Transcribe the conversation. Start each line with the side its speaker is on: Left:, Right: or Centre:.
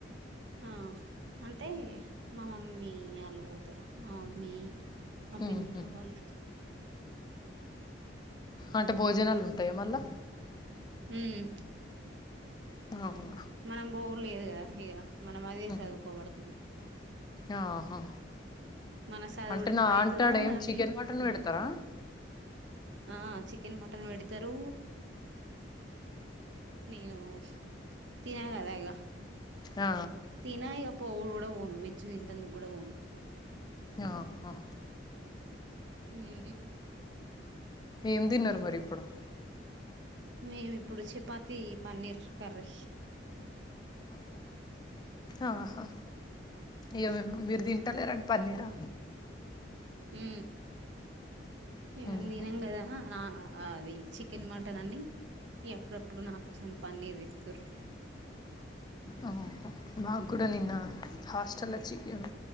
Right: ఆ అంటే మా మమ్మీ వాళ్ళు పోతారు మా మమ్మీ మా
Left: ఉహు
Right: పిన్నిళ్లు వాళ్ళు
Left: అంటే భోజనాలు ఉంటాయా మళ్ళా
Right: ఉమ్
Left: అవునా
Right: మనం పోవు లేదు కదా ఇగ మనం అదే
Left: ఉహు.
Right: చదువుకోబడితిమి
Left: ఆహా
Right: మన చదువుడు
Left: అంటే
Right: ఎప్పుడైతదో
Left: నా అంటే ఆడ ఏం
Right: మనం
Left: చికెన్ మటన్ పెడతారా
Right: ఆ చికెన్ మటన్ పెడతారు నేను తినగద ఇగ
Left: ఆ
Right: తినా ఇగ పోవుడు కూడా పోను వెజ్ తింటందుకు కూడా పోను
Left: ఆ ఆ
Right: ఏ
Left: ఏం తిన్నారు మరి ఇప్పుడు
Right: మేము ఇప్పుడు చపాతి పన్నీర్ కర్రీ
Left: ఆహా ఏ మేము మీరు తింటలేరని పన్నీరా
Right: ఊ ఇగ మేం
Left: ఊహు
Right: తినం కదా నా ఆ అది చికెన్ మటన్ అని ఇగ ఎప్పుడప్పుడు నా కోసం పన్నీర్ తెతుండ్రు
Left: ఆహా నా కూడా నిన్న హాస్టల చికెన్